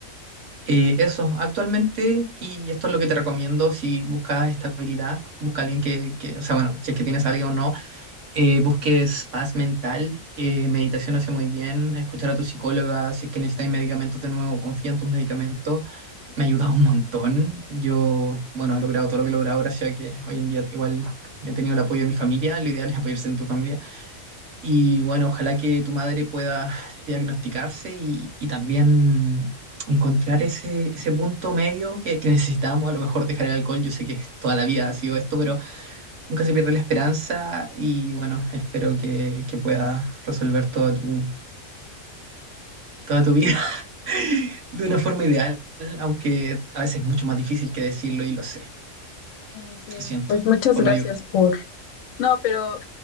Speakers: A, on the right; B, on the left.
A: Eh, eso, actualmente, y esto es lo que te recomiendo si buscas estabilidad, busca alguien que, que, o sea, bueno, si es que tienes a alguien o no, eh, busques paz mental, eh, meditación hace muy bien, escuchar a tu psicóloga, si es que necesitas medicamentos de nuevo, confía en tus medicamentos, me ha ayudado un montón. Yo, bueno, he logrado todo lo que he logrado gracias a que hoy en día igual he tenido el apoyo de mi familia, lo ideal es apoyarse en tu familia. Y bueno, ojalá que tu madre pueda diagnosticarse y, y también encontrar ese, ese punto medio que, que necesitamos. A lo mejor dejar el alcohol, yo sé que toda la vida ha sido esto, pero nunca se pierde la esperanza y bueno, espero que, que pueda resolver toda tu, toda tu vida <laughs> de una forma ideal, aunque a veces es mucho más difícil que decirlo y lo sé.
B: Sí, sí,
A: Lo siento,
B: pues muchas
A: por
B: gracias
A: no ayudar.
B: por... No, pero